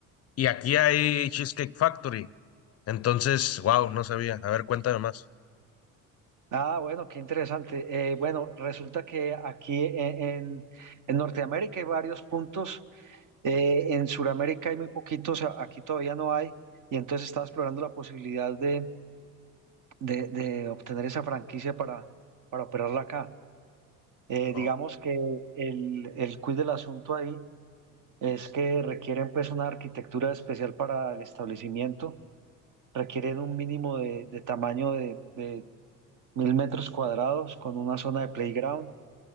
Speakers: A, on the left; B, on the right.
A: Y aquí hay Cheesecake Factory. Entonces, wow, no sabía. A ver, cuéntame más.
B: ah, bueno, qué interesante. Eh, bueno, resulta que aquí eh, en, en Norteamérica hay varios puntos Eh, en Sudamérica hay muy poquitos, a- aquí todavía no hay, y entonces estaba explorando la posibilidad de, de- de obtener esa franquicia para, para operarla acá. Eh,
A: Oh,
B: digamos que el, el quid del asunto ahí es que requieren pues una arquitectura especial para el establecimiento, requieren un mínimo de, de tamaño de, de mil metros cuadrados con una zona de playground,